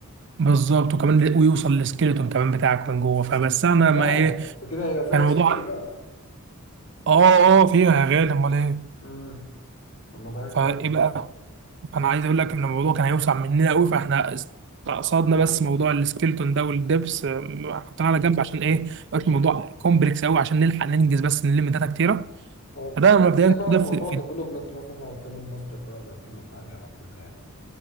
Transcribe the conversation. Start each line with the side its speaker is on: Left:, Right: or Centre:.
Right: بالظبط وكمان ويوصل للسكيلتون كمان بتاعك من جوه فبس انا
Left: تمام
Right: ما ايه
Left: ده كده هيبقى فيها
Right: كان
Left: اكس
Right: الموضوع
Left: راي بقى
Right: اه اه فيها يا غالي امال ايه
Left: امم طب ما ده
Right: فايه
Left: كويس
Right: بقى
Left: جدا
Right: فانا عايز اقول لك ان الموضوع كان هيوسع مننا قوي فاحنا استقصدنا بس موضوع السكيلتون ده والدبس آه، حطيناه على جنب عشان ايه ما يبقاش الموضوع كومبلكس قوي عشان نلحق ننجز بس نلم داتا كتيره
Left: اه
Right: فده
Left: ممكن
Right: مبدئيا
Left: تخليها بقى
Right: كده
Left: في موضوع
Right: في, في
Left: ديفلوبمنت مثلا لو هتكمل ماستر بقى ولا تكمل حاجه بعد كده يعني